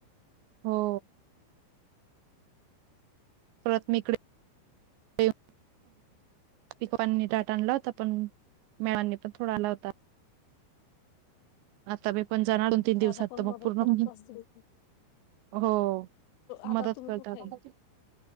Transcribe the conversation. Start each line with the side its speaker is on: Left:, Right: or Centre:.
Right: हो. परत मी इकडे पिकवांनी दाट आणला होता पण मेळांनी पण थोडा आला होता. <unintelligible> तीन दिवसात
Left: दादा पण
Right: तर मग
Left: मदत
Right: पूर्ण
Left: करत असतील
Right: हो
Left: आता
Right: मदत
Left: तुम्ही
Right: करतात
Left: कुठे